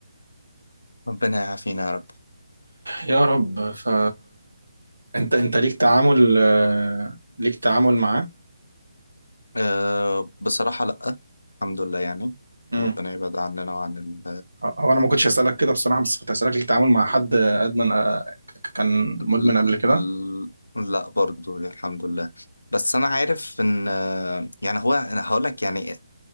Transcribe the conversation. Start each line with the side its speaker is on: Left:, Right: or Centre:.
Left: ربنا يعافينا يا رب
Right: يا رب ف انت انت ليك تعامل آه، ليك تعامل معاه
Left: أه بصراحه لا الحمد لله يعني
Right: امم
Left: ربنا يبعد عننا وعن
Right: هو انا ما كنتش اسالك كده بصراحة بس كنت اسالك ليك تعامل مع حد ادمن آه، ك- كان مدمن
Left: ل-
Right: قبل كده
Left: ل- لا برضو الحمد لله بس انا عارف ان يعني هو انا هقول لك يعني